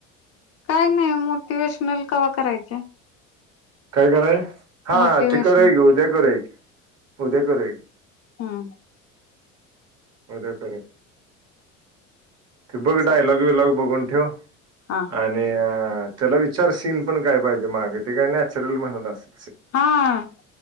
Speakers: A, on the left; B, on the right.
A: काय नाही मोटिवेशनल कावा करायचे
B: काय कराय हा
A: मोटिवेशनल
B: हा ते करय ग उद्या करय उद्या करय ग
A: हम्
B: म्या करे ते बघ
A: चाल
B: डायलॉग विलॉग बघून ठेव
A: हा
B: आणि त्याला विचार सीन पण काय पाहिजे मागे ते काय नॅचरल म्हणत असत
A: हा